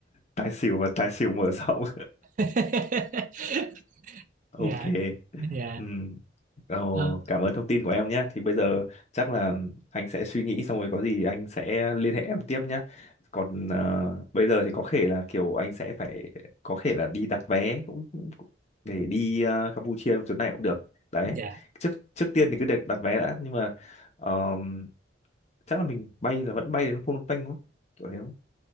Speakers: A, on the left; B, on the right.
A: tài xỉu và tài xỉu mở rộng
B: <laughs>
A: <laughs> ok
B: dạ dạ
A: Ừ. Ồ,
B: Ờ,
A: cảm ơn thông tin của em nhé. Thì bây giờ chắc là anh sẽ suy nghĩ xong rồi có gì anh sẽ liên hệ em tiếp nhé. Còn ờ, bây giờ thì có thể là kiểu anh sẽ phải có thể là đi đặt vé cũng cũng- để đi ờ, Campuchia trong chuyến này cũng được. Đấy.
B: dạ
A: Trước trước tiên thì cứ đặt đặt vé đã nhưng mà ờm, chắc là mình bay là vẫn bay đến Phnom Penh đúng không? Kiểu thế đúng không?